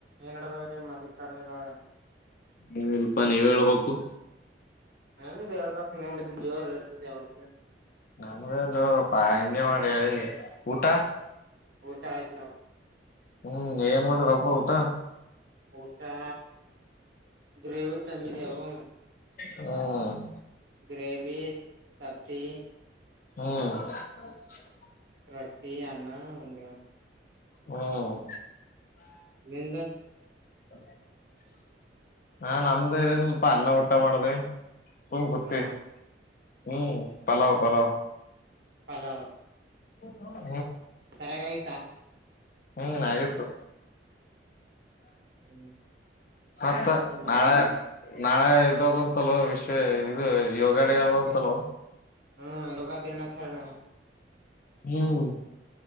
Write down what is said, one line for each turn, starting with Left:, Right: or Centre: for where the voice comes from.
Right: ಏನ್ ನಡ್ದ್ಯಾತ್ರೀ ಮಲ್ಲಿಕಾರ್ಜುನವ್ರೆ
Left: ನೀವಲ್ಪಾ ನೀವ್ ಹೇಳ್ಬೇಕು
Right: ನಿಮ್ದೇಳ್ಬೇಕ್ ನಿಮ್ಮದು ಜೋರ್ ದಾವತ್ತು
Left: ನಮ್ದ್ಯಾವ್ ಜೋರಪ್ಪಾ ಹಂಗೆ ಮಾಡೇಳಿ ಊಟ
Right: ಊಟಾಯ್ತ್ ನೋಡ್
Left: ಹ್ಮ್ ಏನ್ ಮಾಡರಪ್ಪ ಊಟ
Right: ಊಟಾ ಗ್ರೇವಿ ತಂದಿದೇವು
Left: ಹ್ಮ್
Right: ಗ್ರೇವಿ ತತ್ತಿ
Left: ಹ್ಮ್
Right: ರೊಟ್ಟಿ ಅನ್ನ ಉಂಡ್ಯಾವ್
Left: ಹ್ಮ್
Right: ನಿಂದ್
Left: <inaudible> ಹಾ ನಮ್ದು ಇಲ್ಪ ಅನ್ನ ಊಟ ಮಾದೇ ಸುಮ್ ಗುತ್ತಿ
Right: ಅನ್ನ
Left: ಹ್ಮ್ ಪಲಾವ್ ಪಲಾವ್
Right: ಪಲಾವ್
Left: <unintelligible>
Right: ಸರಿಯಾಗಾಗಿತ್ತ
Left: ಹ್ಮ್ ಆಗಿತ್ತು
Right: ಹ್ಮ್
Left: ಸತ್ತ
Right: ಏನ್ ಮಾಡತಿ ಮತ್ತ
Left: ನಾಳೆರ್ ನಾಳೆ ಇದದಂತಲ್ಲೊ ವಿಶ್ವ ಇದು ಯೋಗ ಡೇ ಅದಂತಲ್ಲೊ
Right: ಹ್ಮ್ ಯೋಗಾದಿನಾಚರಣೆ.
Left: ಹ್ಮ್